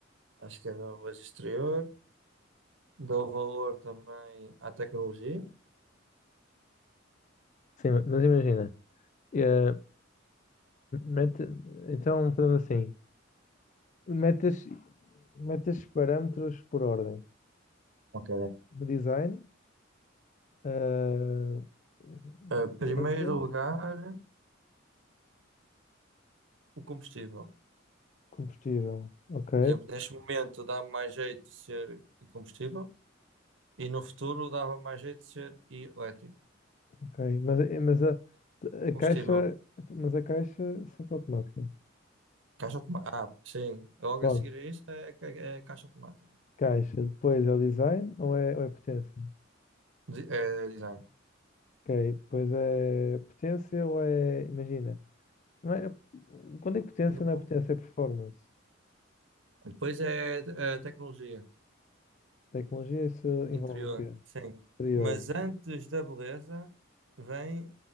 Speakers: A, on the right (about 65°); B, on the left (about 40°).
A: Acho que é a beleza exterior. Dou valor também à tecnologia.
B: Sim, mas imagina, eh, mete, então fazemos assim, metes, metes parâmetros por ordem.
A: Ok.
B: Design, eh,
A: Em
B: potência,
A: primeiro lugar, o combustível.
B: combustível, ok.
A: Por exemplo, neste momento dá mais jeito de ser combustível e no futuro dava mais jeito de ser elétrico.
B: Ok, mas, eh, mas a, a
A: Combustível,
B: caixa, mas a caixa sempre automática.
A: caixa automática. Ah, sim, logo
B: Bom,
A: a seguir a isso é, é- é caixa automática.
B: caixa, depois é o design ou é, ou é potência?
A: De- é design.
B: Ok, depois é potência ou é, imagina, não é, quando é que potência
A: Depo-
B: não é potência, é performance.
A: Depois é, é tecnologia.
B: Tecnologia, isso envolve
A: Interior,
B: o quê?
A: sim.
B: Exterior,
A: Mas antes da beleza vem